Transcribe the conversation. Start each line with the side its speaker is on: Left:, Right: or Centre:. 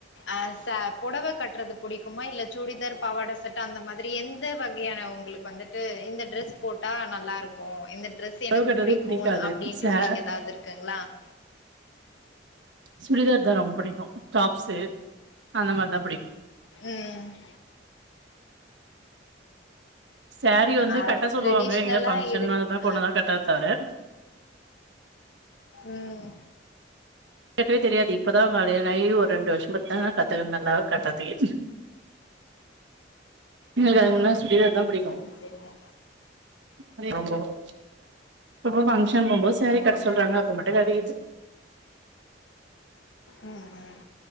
Left: அ ச புடவ கட்டுறது புடிக்குமா இல்ல சுடிதார் பாவாட சட்ட அந்த மாதிரி எந்த வகையான உங்களுக்கு வந்துட்டு இந்த ட்ரெஸ் போட்டா நல்லாருக்கு இந்த ட்ரெஸ்
Right: புடவ
Left: எனக்கு
Right: கட்றது
Left: புடிக்கு
Right: புடிக்காது
Left: அப்டின்ட்டு
Right: ச
Left: உங்களுக்கு எதாவ்து இருக்குங்ளா <inaudible>
Right: சுடிதார் தா ரொம்புடிக்கு டாப்ஸு அந்த மாரிதா புடிக்
Left: உம்
Right: சாரீ வந்து
Left: அ
Right: கட்ட சொல்லுவாங்க
Left: ட்ரெடிஷ்னலா
Right: எங்கயாது பங்ஷன்
Left: இருக்கு.
Right: அது மாரி போன
Left: அ.
Right: தா கட்ட தவர
Left: உம்
Right: கட்டவே தெரியாது இப்பதா கல்யாண ஆய் ‌ஒரு ரெண்டு வருஷமாதா கட்ட நல்லா கட்ட தெரியு எங்களுக்கு
Left: ம்.
Right: அதுக்கு
Left: ம்.
Right: முன்ன சுடிதார் தா புடிக்கு
Left: சரி, சரிங்க.
Right: <unintelligible> ஷன் போம்போது சாரீ
Left: ம்.
Right: கட்ட சொல்றாங்க அப்ப மட்டு கட்டிகிட்டு
Left: உம் உம்